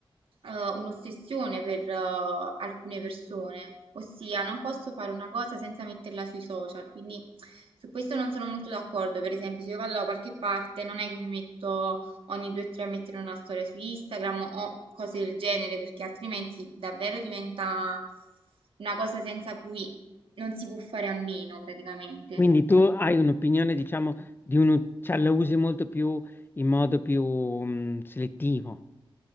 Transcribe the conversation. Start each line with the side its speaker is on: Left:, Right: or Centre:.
Right: eh, un'ossessione per eh, alcune persone, ossia non posso fare una cosa senza metterla sui social, quindi su questo non sono molto d'accordo. Per esempio, se io vado da qualche parte, non è che mi metto ogni due o tre mettere una storia su Instagram o cose del genere, perché altrimenti davvero diventa una cosa senza cui non si può fare a meno praticamente.
Left: Quindi tu hai un'opinione, diciamo, di uno, cioè la usi molto più in modo più mh, selettivo.